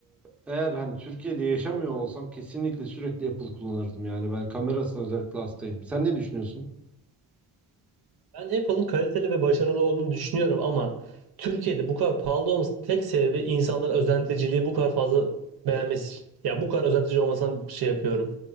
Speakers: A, in the centre; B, on the right.
A: eğer hani Türkiye'de yaşamıyor olsam kesinlikle sürekli Apple kullanırdım yani ben kamerasına özellikle hastayım. Sen ne düşünüyorsun?
B: Ben Apple'ın kaliteli ve başarılı olduğunu düşünüyorum ama Türkiye'de bu kadar pahalı olmasının tek sebebi insanların özenticiliği bu kadar fazla beğenmesi. Ya bu kadar özentici olmasına şey yapıyorum.